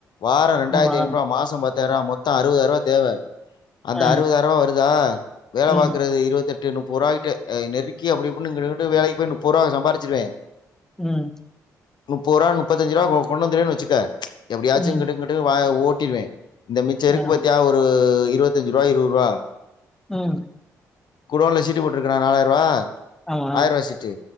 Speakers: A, on the left; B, in the centre.
A: வாரொ ரெண்டாயிரத்திஐநூர்வா
B: ஆமா
A: மாசம் பத்தாயிர்வா மொத்தொ அறுவதாயர்வா தேவ அந்த
B: ஆ
A: அறுபதாயிர்வா வருதா வேல
B: ம்
A: பாக்கறது இருவத்தெட் டு நுப்பூராகிட்டு அ நெருக்கி அப்டி இப்டி நிங்குனுங்குட்டு வேலைக் போய் நுப்பூரா சம்பாருச்சிருவே
B: ம்
A: நுப்பூரா நுப்பத்தஞ்ச்சிருவா கொ கொண்டுந்துருவேன் வெச்சுக்க எப்டியாச்சு
B: ம்
A: கிடுங்கிட் டு வா ஓட்டிருவே இந்த மிச்ச இருக்
B: ஆ
A: பத்தியா ஒரு இருவத்தஞ்சுருவா இரூறுவா
B: ம்
A: குடோன்ல சீட்டு போட்ருக்கனா நாலாயிரவா
B: ஆமா.
A: ஆயிர்வா சீட்டு